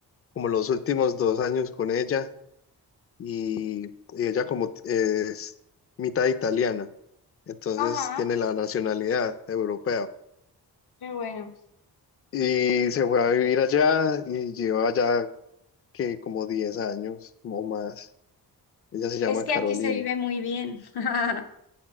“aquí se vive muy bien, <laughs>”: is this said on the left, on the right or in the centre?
Left